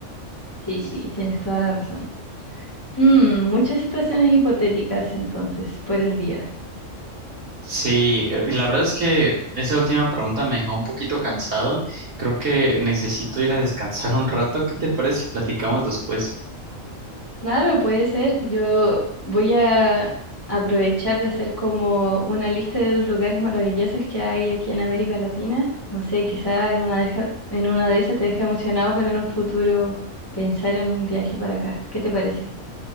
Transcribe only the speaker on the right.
Sí, eh, la verdad es que esa última pregunta me dejó un poquito cansado. Creo que necesito ir a descansar un rato. ¿Qué te parece si platicamos después?